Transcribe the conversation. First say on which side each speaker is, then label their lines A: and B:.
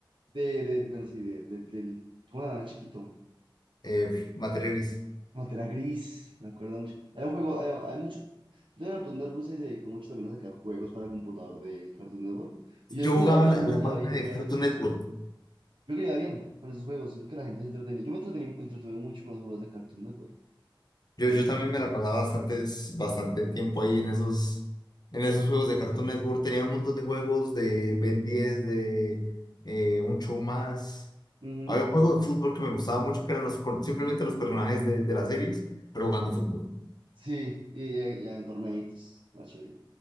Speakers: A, on the right; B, on the left.
A: De, de, de- pero sí, de, de- del. ¿Cómo se el chiquito?
B: eh, Materia Gris.
A: No, gris, me acuerdo mucho. Hay un juego, hay, hay mucho. De Cartoon Network se dedicó mucho también a sacar juegos para computador de Cartoon Network. Y
B: Yo
A: yo creo que
B: jugaba
A: le iba bien,
B: la,
A: ¿no?
B: la
A: Le
B: página
A: iba bien,
B: de
A: le iba
B: Cartoon
A: bien con
B: Network.
A: eso. Yo creo que le iba bien con esos juegos. Siento que la gente se entretenía. Yo me entretení, me entretuve mucho con los juegos de Cartoon Network,
B: Yo,
A: honestamente.
B: yo también me la pasaba bastantes, bastante tiempo ahí en esos, en esos juegos de Cartoon Network. Tenía un montón de juegos de Ben 10, de eh, un show más.
A: Ujú.
B: Había un juego de fútbol que me gustaba mucho, que eran los, con- simplemente los personajes de, de las series, pero jugando fútbol.
A: Sí, y ya, ya en torneitos. más chévere.